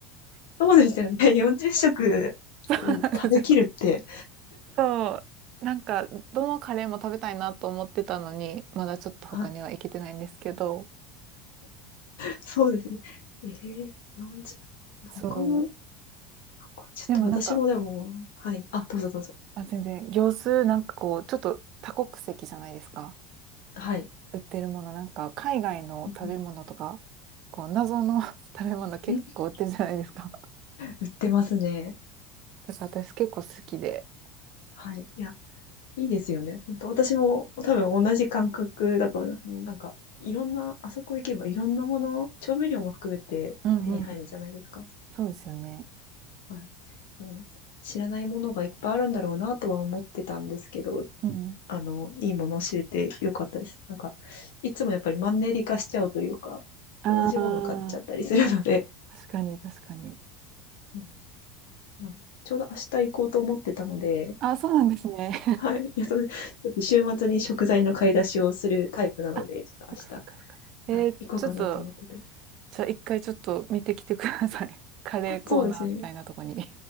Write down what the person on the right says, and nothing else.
<laughs> そうなんですよ。
そう。なんか、どのカレーも食べたいなと思ってたのに、まだちょっと他には行けてないんですけど、
そう。
でもなんか、
あ、全然、業数なんかこう、ちょっと多国籍じゃないですか。
売ってるもの、なんか海外の食べ物とか、
こう、謎の <laughs> 食べ物結構売ってるじゃないですか。
だから私結構好きで。
うんうん。そうですよね。
うん。
ああ、
確かに確かに。
あ、そうなんですね。<laughs>
あ、
そっかそっかそっか。えーちょっと、
じゃあ一回ちょっと見てきてください。<laughs> カレーコーナーみたいなとこに